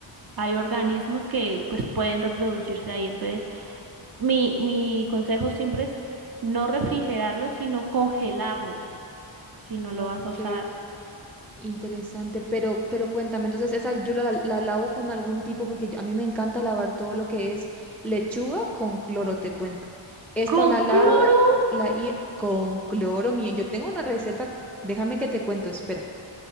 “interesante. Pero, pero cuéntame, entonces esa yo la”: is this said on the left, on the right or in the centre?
Centre